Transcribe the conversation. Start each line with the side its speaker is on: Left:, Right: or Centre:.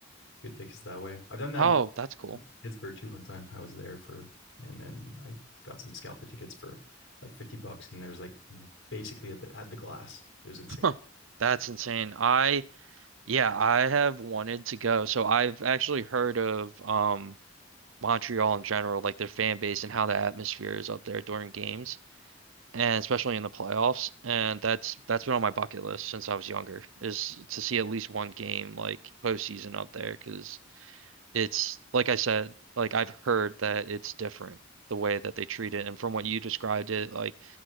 Left: good tickets that way. I've done that
Right: oh that's cool
Left: Pittsburgh too one time. I was there for, and then I got some scalper tickets for like 50 bucks. And there's like basically at the, at the glass. It was insane.
Right: Huh. That's insane. I Yeah, I have wanted to go. So I've actually heard of um Montreal in general, like their fan base and how the atmosphere is up there during games, and especially in the playoffs. And that's that's been on my bucket list since I was younger, is to see at least one game like postseason up there, because it's like I said, like I've heard that it's different the way that they treat it, and from what you described it, like